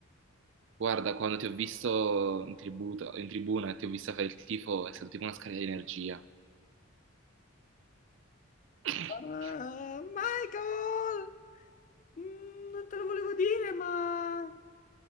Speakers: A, on the right; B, on the left.
A: Guarda, quando ti ho visto in tributo- in tribuna e ti ho vista fare il tifo, è stato tipo una scarica di energia. <laughs>
B: Ah, Michael, Mm, non te lo volevo dire, ma